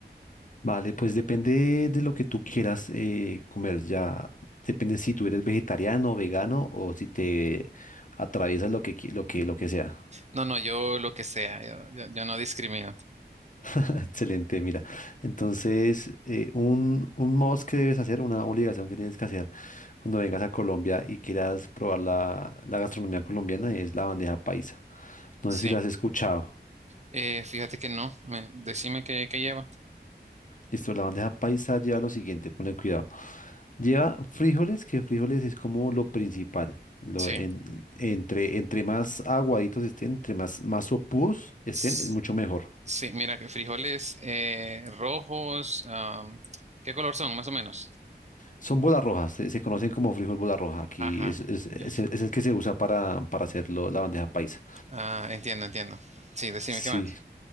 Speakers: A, on the left (about 45°); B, on the right (about 40°).
A: Vale, pues depende de lo que tú quieras eh, comer. Ya depende si tú eres vegetariano o vegano o si te atraviesas lo que, qui- lo que, lo que sea.
B: No, no, yo lo que sea, yo, yo- yo no discrimino.
A: <laughs> Excelente, mira. Entonces, eh, un, un must que debes hacer, una obligación que tienes que hacer cuando vengas a Colombia y quieras probar la, la gastronomía colombiana es la bandeja paisa. No
B: Sí,
A: sé si la has escuchado.
B: Eh, fíjate que no, me- decime qué, qué lleva.
A: Listo, la bandeja paisa lleva lo siguiente, ponle cuidado. Lleva frijoles, que frijoles es como lo principal. Lo
B: Sí,
A: en- entre, entre más aguaditos estén, entre más, más sopúos estén,
B: S-
A: es mucho mejor.
B: sí, mira que frijoles eh, rojos, am, ¿qué color son, más o menos?
A: Son bolas rojas, se, se conocen como frijol bola roja. Aquí
B: Ajá.
A: es, es, es
B: Ya.
A: el es el que se usa para, para hacer lo- la bandeja paisa.
B: Ah, entiendo, entiendo. Sí, decime,
A: Sí,
B: ¿qué más?